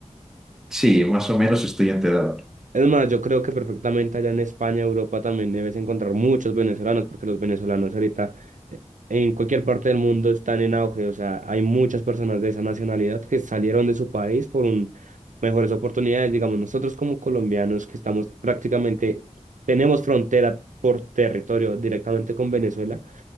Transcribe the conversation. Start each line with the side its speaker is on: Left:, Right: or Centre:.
Centre: Sí, más o menos estoy enterado.
Right: Es más, yo creo que perfectamente allá en España, Europa, también debes encontrar muchos venezolanos, porque los venezolanos ahorita eh, en cualquier parte del mundo están en auge. O sea, hay muchas personas de esa nacionalidad que salieron de su país por un, mejores oportunidades. Digamos, nosotros como colombianos que estamos prácticamente, tenemos frontera por territorio directamente con Venezuela,